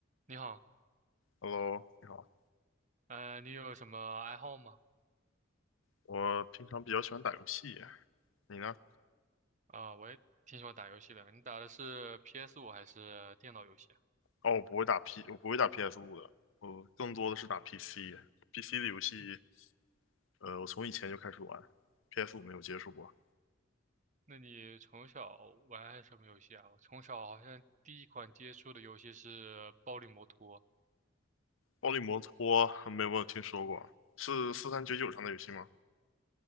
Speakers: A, on the right (about 40°); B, on the left (about 80°).
A: 你好，
B: Hello，你好。
A: 呃，你有什么爱好吗？
B: 我平常比较喜欢打游戏，你呢？
A: 啊、我也挺喜欢打游戏的。你打的是 p s 五还是电脑游戏啊？
B: 哦，我不会打 P，我不会打 p s 五的，我更多的是打 PC。PC 的游戏，呃，我从以前就开始玩 p s 五没有接触过。
A: 那你从小玩什么游戏啊？我从小好像第一款接触的游戏是《暴力摩托》，
B: 暴力摩托没有听说过，是四三九九上的游戏吗？